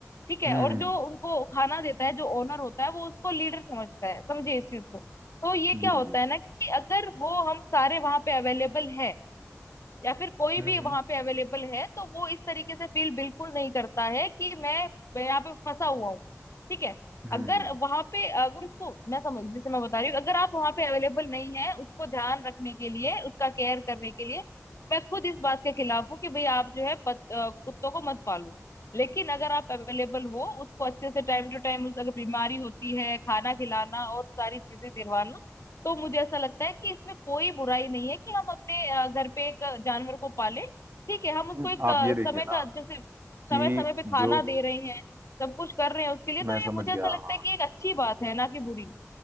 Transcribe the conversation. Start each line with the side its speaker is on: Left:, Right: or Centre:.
Left: ठीक है
Right: हम्म
Left: और
Right: हम्म,
Left: जो उनको खाना देता है जो ओनर होता है वो उसको लीडर समझता है समझे इस चीज को तो ये क्या
Right: जी
Left: होता
Right: जी
Left: है ना कि अगर वो हम सारे वहां पे अवेलेबल है या फिर कोई
Right: हम्म
Left: भी वहां पे अवेलेबल है तो वो इस तरीके से फील बिल्कुल नहीं करता है कि मैं मैं यहाँ पे फंसा हुआ हूँ ठीक है
Right: हम्म
Left: अगर
Right: हम्म,
Left: वहां पे अगर उसको मैं समझ जैसे मैं बता रही हूँ अगर आप वहां पे अवेलेबल नहीं है उसको ध्यान रखने के लिए उसका केयर करने के लिए मैं खुद इस बात के खिलाफ हूँ कि भाई आप जो है पत, अ, कुत्तों को मत पालो लेकिन अगर आप अवेलेबल हो उसको अच्छे से टाइम टू टाइम उस अगर बीमारी होती है खाना खिलाना और सारी चीजें दिलवाना तो मुझे ऐसा लगता है कि इसमें कोई बुराई नहीं है कि हम अपने अ, घर पे एक अ, जानवर को पालें ठीक है हम उसको
Right: हम्म।
Left: एक
Right: आप
Left: अ,
Right: ये देखिए
Left: समय
Right: ना
Left: का जैसे समय
Right: कि
Left: समय पे खाना
Right: जो
Left: दे रहे हैं सब कुछ कर रहे हैं उसके लिए तो
Right: मैं समझ
Left: ये मुझे
Right: गया
Left: ऐसा लगता
Right: हाँ
Left: है कि एक अच्छी बात है ना कि बुरी